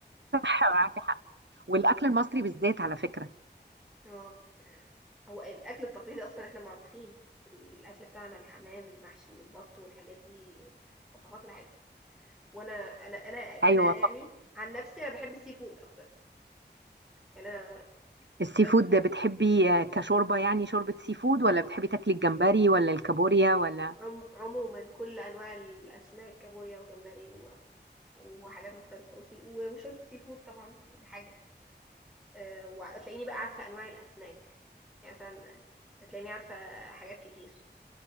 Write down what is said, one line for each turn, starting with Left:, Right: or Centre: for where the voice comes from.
Right: صح معاكي حق والأكل المصري بالذات على فكرة
Centre: اه هو الاكل التقليدي اصلا احنا معروفين الاكل بتاعنا الحمام المحشي والبط والحاجات دي وصفاتنا حلوه وانا انا انا
Right: أيوة
Centre: انا يعني
Right: ف-
Centre: عن نفسي انا بحب السي فود اكتر يعني انا
Right: السي
Centre: بس
Right: فود ده بتحبي آه، كشوربة يعني شوربة سي فود ولا بتحبي تاكلي الجمبري ولا الكابوريا ولا
Centre: عم... عموما كل انواع الاسماك كابوريا وجمبري و... وحاجات مختلفه وسي... و- وشوربه سي فود طبعا يعني دي حاجه أه وتلاقيني بقى عارفه انواع الاسماك يعني مثلا تلاقيني عارفه حاجات كتير